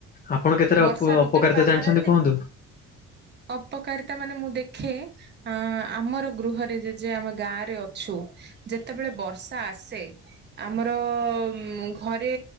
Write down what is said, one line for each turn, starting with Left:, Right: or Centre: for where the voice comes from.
Left: ଆପଣ କେତେରେ
Right: ବର୍ଷା
Left: ଅପ ଅପକାରିତା
Right: ଋତୁରେ ବାହାରାନ୍ତି
Left: ଜାଣିଛନ୍ତି କୁହନ୍ତୁ?
Right: ଅପକାରିତା ମାନେ ମୁଁ ଦେଖେ। ଆଁ ଆମର ଗୃହରେ ଯେଜେ ଆମେ ଗାଁରେ ଅଛୁ। ଯେତେବେଳେ ବର୍ଷା ଆସେ। ଆମର ଉଁ ଘରେ